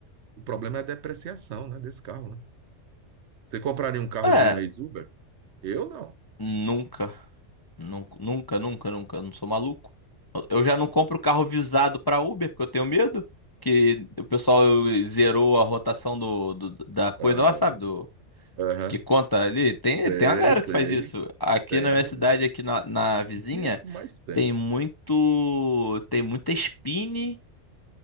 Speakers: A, on the right; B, on the left.
A: O problema é a depreciação, né, desse carro, né? Você compraria um carro
B: É,
A: de um ex-Uber? Eu não.
B: nunca. Nun- Nunca, nunca, nunca. Eu não sou maluco. Eu já não compro carro visado para Uber, porque eu tenho medo que o pessoal zerou a rotação do, do- da coisa
A: Ah,
B: lá, sabe? Do,
A: Aham.
B: que conta ali. Tem,
A: Sei,
B: tem uma galera
A: sei.
B: que faz isso. Aqui
A: Tem.
B: na minha cidade, aqui na, na vizinha,
A: O que é que mais tem?
B: tem muito. Tem muita Spin.